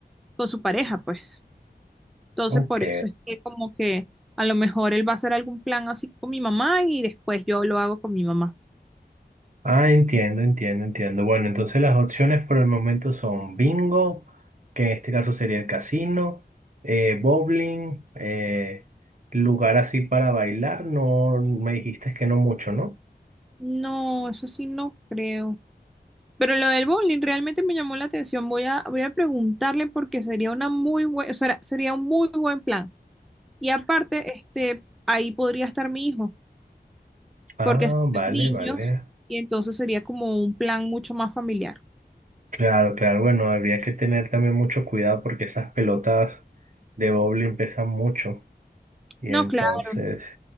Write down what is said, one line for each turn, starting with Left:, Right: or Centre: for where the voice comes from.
Centre: con su pareja, pues. Entonces,
Right: Ok.
Centre: por eso es que como que a lo mejor él va a hacer algún plan así con mi mamá y después yo lo hago con mi mamá.
Right: Ah, entiendo, entiendo, entiendo. Bueno, entonces las opciones por el momento son bingo, que en este caso sería el casino, eh, bowling, eh, lugar así para bailar, no me dijiste que no mucho, ¿no?
Centre: No, eso sí no creo. Pero lo del bowling realmente me llamó la atención. Voy a, voy a preguntarle porque sería una muy buen, o sea, sería un muy buen plan. Y aparte, este, ahí podría estar mi hijo,
Right: Ah,
Centre: porque son
Right: vale,
Centre: niños
Right: vale.
Centre: y entonces sería como un plan mucho más familiar.
Right: Claro, claro, bueno, habría que tener también mucho cuidado porque esas pelotas de bowling pesan mucho y
Centre: No,
Right: entonces...
Centre: claro.